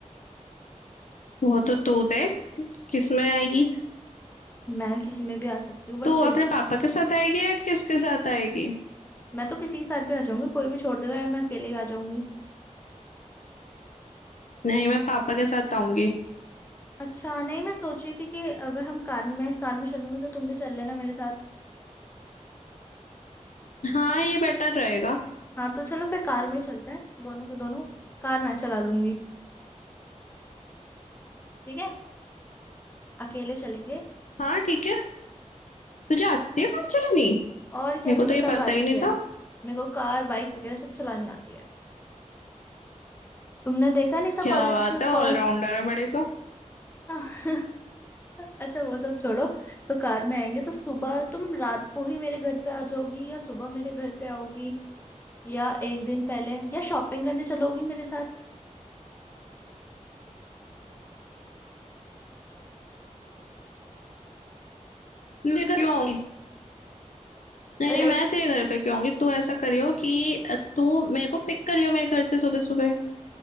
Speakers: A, on the left; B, on the left.
A: वो तो तू दे किसमें आएगी
B: मैं किसी में भी आ सकती हूँ बट
A: तू
B: फिर
A: अपने पापा के साथ आएगी या किसके साथ आएगी
B: मैं तो किसी के साथ भी आ जाऊंगी कोई भी छोड़ देगा या मैं अकेले ही आ जाऊंगी
A: नहीं मैं पापा के साथ आऊंगी
B: अच्छा नहीं मैं सोच रही थी कि अगर हम कार में मैं कार में चलूंगी तो तुम भी चल लेना मेरे साथ
A: हाँ ये बेटर रहेगा
B: हाँ तो चलो फिर कार में ही चलते हैं दोनों को दोनों कार मैं चला लूंगी ठीक है अकेले चलेंगे
A: हाँ ठीक है तुझे आती है कार चलानी
B: और क्या
A: मेरे
B: मेरे
A: को
B: को
A: तो ये
B: सब
A: पता
B: आती
A: ही नहीं
B: है
A: था
B: मेरे को कार बाइक वगैरह सब चलानी आती है तुमने देखा नहीं था
A: क्या
B: कॉलेज
A: बात
B: के
A: है
B: फर्स्ट
A: ऑलराउंडर है बड़ी तो
B: <laughs> अच्छा वो सब छोड़ो तो कार में आएंगे तो सुबह तुम रात को ही मेरे घर पे आ जाओगी या सुबह मेरे घर पे आओगी या एक दिन पहले या शॉपिंग करने चलोगी मेरे साथ
A: मैं क्यों आऊंगी नहीं
B: अ,
A: नहीं मैं
B: एक
A: तेरे घर पे क्यों आऊंगी तू ऐसा करियो कि अ, तू मेरे को पिक कर लियो मेरे घर से सुबह सुबह